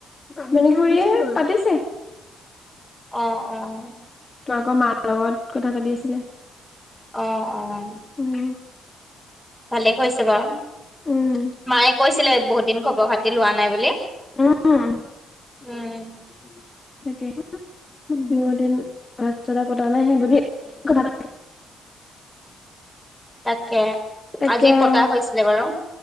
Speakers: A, on the left; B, in the centre.
A: ভনিখুৰীয়ে পাতিছে
B: অ, অ,
A: তো আকৌ মাৰ লগত কথা পাতি আছিলে
B: অ, অ,
A: উম
B: ভালে কৈছে বাৰু
A: উম
B: মায়ে কৈছিলে বহুত দিন খবৰ খাতি লোৱা নাই বুলি
A: অ তাকে
B: উম
A: বহুদিন ৰাস্তা পতা নাই হে বুলি কথা
B: তাকে
A: তাকে
B: আজি পতা
A: অ
B: হৈছিলে বাৰু